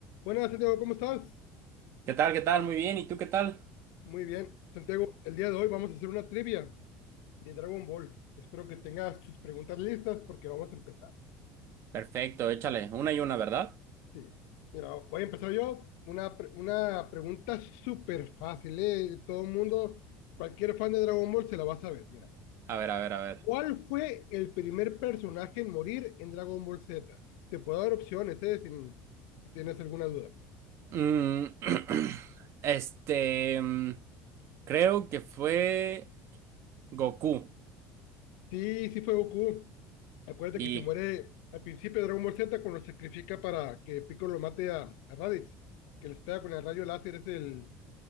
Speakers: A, on the left; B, on the right.
A: Buenas, Santiago, ¿cómo estás?
B: ¿Qué tal? ¿Qué tal? Muy bien. ¿Y tú qué tal?
A: Muy bien, Santiago, el día de hoy vamos a hacer una trivia de Dragon Ball. Espero que tengas tus preguntas listas porque vamos a empezar.
B: Perfecto, échale. Una y una, ¿verdad?
A: Sí, mira, voy a empezar yo. Una, pre- una pregunta súper fácil, ¿eh? Todo el mundo, cualquier fan de Dragon Ball se la va a saber. Mira,
B: A ver, a ver, a ver.
A: ¿cuál fue el primer personaje en morir en Dragon Ball Z? Te puedo dar opciones, ¿eh? Sin- si tienes alguna duda.
B: Mm, <clears throat> este, mm, creo que fue Goku.
A: Sí, sí fue Goku. Acuérdate
B: Y
A: que se muere al principio de Dragon Ball Z cuando se sacrifica para que Piccolo mate a, a Raditz, que les pega con el rayo láser, es el,